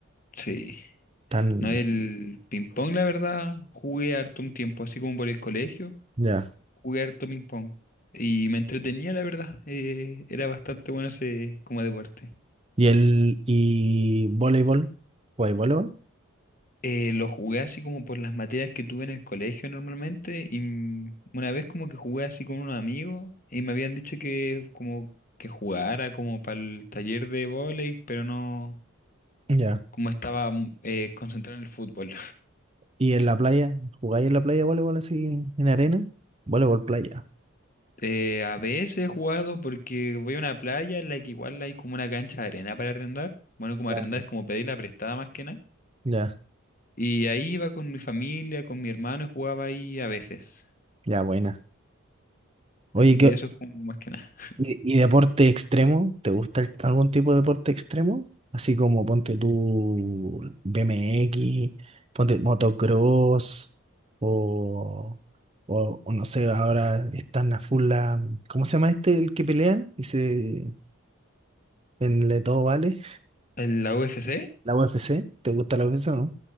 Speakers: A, on the left; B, on the right.
A: sí.
B: Tan,
A: No, el ping pong, la verdad, jugué harto un tiempo, así como por el colegio,
B: ya.
A: jugué harto ping pong. Y me entretenía, la verdad. eh, era bastante bueno ese como deporte.
B: Y el, y voleibol, ¿jugáis voleibol?
A: Eh, lo jugué así como por las materias que tuve en el colegio normalmente. Y mm, una vez como que jugué así con unos amigos y me habían dicho que como que jugara como para el taller de vóley, pero no,
B: Ya.
A: como estaba mm, eh, concentrado en el fútbol.
B: ¿Y en la playa? ¿Jugáis en la playa voleibol así en arena? Voleibol playa.
A: Eh, a veces he jugado porque voy a una playa en la que igual hay como una cancha de arena para arrendar. Bueno, como
B: Ya,
A: arrendar es como pedirla prestada más que nada.
B: ya,
A: Y ahí iba con mi familia, con mi hermano y jugaba ahí a veces.
B: ya, buena. Oye,
A: Así
B: ¿qué,
A: que eso es como más que nada.
B: y, y deporte extremo? ¿Te gusta el- algún tipo de deporte extremo? Así como ponte tú BMX, ponte motocross, o, o, o no sé, ahora están a full la, ¿cómo se llama este el que pelean? Y se, en Le Todo Vale,
A: ¿En ¿La UFC?
B: la UFC. ¿Te gusta la UFC, no?